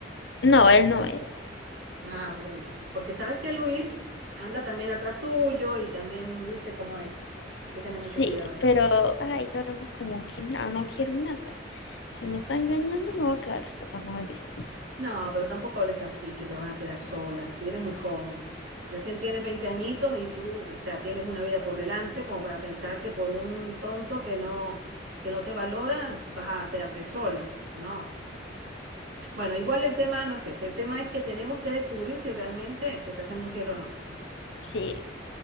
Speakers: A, on the left; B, on the right.
A: No, él no es.
B: Ah, bueno, porque sabes que Luis anda también atrás tuyo y también viste cómo es. Hay que tener mucho
A: Sí,
B: cuidado.
A: pero, ay, yo ahora no, como que no, no quiero nada. Si me está engañando, me voy a quedar sola, muy bien.
B: No, pero tampoco hables así, que te vas a quedar sola, si eres muy joven. Recién tienes 20 añitos y tú, o sea, tienes una vida por delante como para pensar que por un tonto que no, que no te valora vas a quedarte sola. No. Bueno, igual el tema no es ese. El tema es que tenemos que descubrir si realmente te está haciendo infiel o no.
A: Sí,